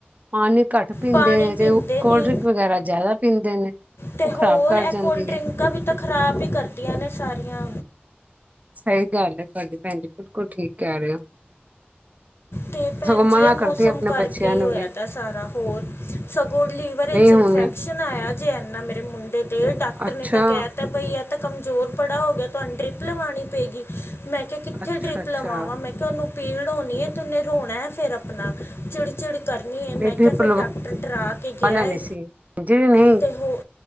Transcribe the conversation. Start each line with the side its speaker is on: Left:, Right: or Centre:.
Right: ਪਾਣੀ ਘੱਟ ਪੀਂਦੇ
Left: ਪਾਣੀ
Right: ਨੇ ਤੇ
Left: ਪੀਂਦੇ
Right: ਕੋਲਡ
Left: ਨੀ।
Right: ਡਰਿੰਕ ਵਗੈਰਾ ਜ਼ਿਆਦਾ ਪੀਂਦੇ ਨੇ।
Left: ਤੇ
Right: ਉਹ
Left: ਹੋਰ
Right: ਖ਼ਰਾਬ ਕਰ
Left: ਐਹ
Right: ਜਾਂਦੀ
Left: ਕੋਲਡ-ਡਰਿੰਕਾਂ
Right: ਹੈ
Left: ਵੀ ਤਾਂ ਖ਼ਰਾਬ ਵੀ ਕਰਦੀਆਂ ਨੇ ਸਾਰੀਆਂ।
Right: ਸਹੀ ਗੱਲ ਐ ਤੁਹਾਡੀ ਭੈਣ ਜੀ, ਬਿਲਕੁਲ ਠੀਕ ਕਹਿ ਰਹੇ ਓ।
Left: ਤੇ ਭੈਣ
Right: ਮਨਾ
Left: ਜੀ ਐਹ ਮੌਸਮ
Right: ਕਰਦੀ ਆਪਣੇ
Left: ਕਰਕੇ
Right: ਬੱਚਿਆਂ
Left: ਹੀ
Right: ਨੂੰ
Left: ਹੋਇਆ
Right: ਵੀ
Left: ਦਾ ਸਾਰਾ ਹੋਰ, ਸਗੋਂ ਲੀਵਰ ਵਿੱਚ
Right: ਨਹੀਂ ਹੁਣ
Left: ਇਨਫੈ ਫੈਕਸ਼ਨ ਆਇਆ ਜੇ ਐਨਾ ਮੇਰੇ ਮੁੰਡੇ ਦੇ, ਡਾਕਟਰ
Right: ਅੱਛਾ
Left: ਨੇ ਤਾਂ ਕਹਿ ਤਾਂ ਬਈ ਐਹ ਤਾਂ ਕਮਜ਼ੋਰ ਬੜਾ ਹੋ ਗਿਆ, ਤੁਹਾਨੂੰ ਡਰਿਪ ਲਵਾਉਣੀ ਪਏਗੀ। ਮੈਂ ਕਿਹਾ ਕਿੱਥੇ
Right: ਅੱਛਾ
Left: ਡਰਿਪ
Right: ਅੱਛਾ
Left: ਲਵਾਵਾਂ। ਮੈਂ ਕਿਹਾ ਉਹਨੂੰ ਪੀੜ ਹੋਣੀ ਏ। ਉਹਨੇ ਰੋਣਾ ਫਿਰ ਆਪਣਾ ਚਿੜਚਿੜ ਕਰਨੀ
Right: ਨਹੀਂ
Left: ਏ। ਮੈਂ
Right: ਡਰਿਪ
Left: ਕਿਹਾ ਫਿਰ ਡਾਕਟਰ ਡਰਾ ਕੇ
Right: ਲਵਾ
Left: ਗਿਆ
Right: ਲੈਣੀ
Left: ਹੈ
Right: ਸੀ, ਜੀ ਨਹੀਂ
Left: ਅਤੇ ਹੋ